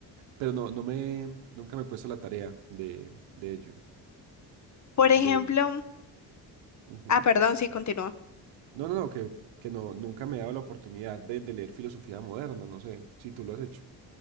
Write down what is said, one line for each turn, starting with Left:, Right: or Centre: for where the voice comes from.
Right: pero no, no me, nunca me he puesto la tarea de, de ello.
Left: Por ejemplo,
Right: de- de- ujú.
Left: ah, perdón, sí, continúa
Right: No, no, no, que, que no, nunca me he dado la oportunidad de, de leer filosofía moderna, no sé si tú lo has hecho.